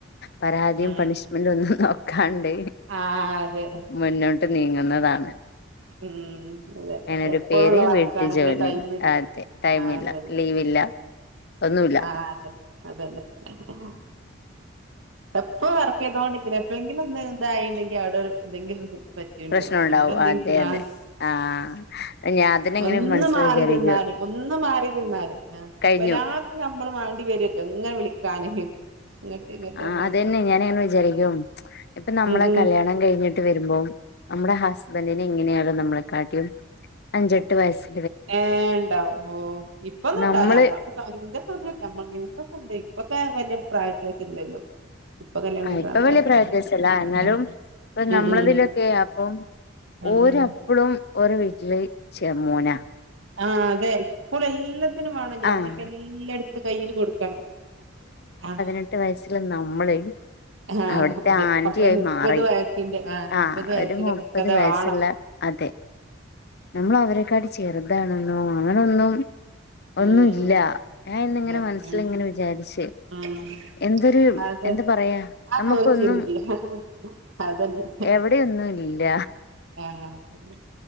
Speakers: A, on the left (about 55°); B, on the right (about 70°).
A: പരാതിയും
B: ഉം
A: പണിഷ്മെന്റ് ഒന്നും നോ ക്കാണ്ട്
B: ആ അതെ
A: മുന്നോട്ട് നീങ്ങുന്നതാണ്
B: ഉം അതെ
A: അതിനൊരു
B: എപ്പോഴും
A: പേര്
B: ഉള്ള വർക്കാണെങ്കിലും
A: വീട്ടു ജോലി
B: ടൈമില്ല
A: അതെ ടൈമില്ല
B: ആ അതെ
A: ലീവില്ല
B: അതെ
A: ഒന്നുമില്ല
B: ആ അത് തന്നെ അത് തന്നെ എപ്പോ വർക്ക് ചെയ്തോണ്ടിരിക്കണ് ഇതൊന്ന് ഇതായിണ്ടെങ്കിൽ അവിടെ എന്തെങ്കിലും ഒരു പറ്റിണ്ടോ
A: പ്രശ്നം ഉണ്ടാവും
B: നമ്മളെന്തേലും
A: അതെ അതെ
B: ആ
A: ആഹ് ഞാൻ അതിനെങ്ങനെ
B: ഒന്ന്
A: മനസ്സിൽ
B: മാറി
A: വിചാരിക്കും
B: നിന്നാൽ ഒന്ന് മാറി നിന്നാല്
A: കഴിഞ്ഞു
B: അപ്പൊ എല്ലാത്തും നമ്മള് വേണ്ടി വരൂല്ലോ എങ്ങനെ വിളിക്കാന് ഇങ്ങട്ട് ഇങ്ങട്ട്
A: ആ
B: പറഞ്ഞാണ്ട്
A: അതന്നെ ഞാൻ അങ്ങനെ വിചാരിക്കും ഇപ്പൊ നമ്മളെ
B: ഉം ഉം
A: കല്യാണം കഴിഞ്ഞി ട്ട് വരുമ്പോ നമ്മടെ ഹസ്ബൻഡിന് എങ്ങനെയായാലും നമ്മളെ കാട്ടിലും അഞ്ചെട്ട് വയസ്സ്
B: ഏ ഉണ്ടാവും ഓ ഇപ്പൊന്നും
A: നമ്മള്
B: ഉണ്ടാവില്ല നമ്മടൊക്കെ സമയത്ത് എന്റെ സമയത്ത് നിങ്ങക്കൊക്കെ ഉണ്ടായിനി ഇപ്പൊക്കെ വല്യ പ്രായ വിത്യാസം ഇല്ലല്ലോ ഇപ്പൊ കല്യാണം
A: ആ
B: കഴിക്ക്ണ
A: ഇപ്പൊ
B: ആൾക്കാര
A: വലിയ പ്രായവിത്യാസം
B: ഉം
A: ഇല്ല എന്നാലും
B: ഉം
A: ഇപ്പ
B: ഉം
A: നമ്മളതിലൊക്കെ
B: ഉം
A: അപ്പം
B: ഉം
A: ഓരപ്പഴും
B: ഉം
A: ഒരു വീട്ടില് ചേർമോനാ
B: ആഹ അതെ ഇപ്പോഴ എല്ലാത്തിനും വേണം ഞാനൊക്കെ
A: ആഹ്
B: എല്ലടത്തും കയ്യിൽ കൊടുക്കണം ആ
A: പതിനെട്ടു വയസ്സില് നമ്മള
B: ആ
A: അവിടുത്തെ
B: അതെ
A: ആന്ററി
B: പ- ഒരു
A: ആായി
B: മുപ്പത്
A: മാറി
B: വയസ്സിന്റെ മുപ്പത്
A: ആ
B: വയസ്സിന്റെ
A: ഒരു മുപ്പത്
B: പക്വത
A: വയസ്സുള്ള
B: വാണം
A: അതെ നമ്മൾ അവരെക്കാട്ടി ചെറുതാണെന്നോ അങ്ങനൊന്നും ഒന്നുമല്ല
B: ഉം
A: ഞാൻ ഇന്നിങ്ങനെ
B: ഇല്ല
A: മനസ്സിൽ
B: ഉം
A: ഇങ്ങനെ വിചാരിച്ച്
B: ഉം
A: എന്തൊരു
B: അതെ
A: എന്താ പറയാ
B: അതൊന്നൊരു
A: നമുക്കൊന്നും
B: ചിന്തിയ അതന്നെ
A: എവിടെൊന്നും ഇല്ല
B: ആഹ് അതന്നെ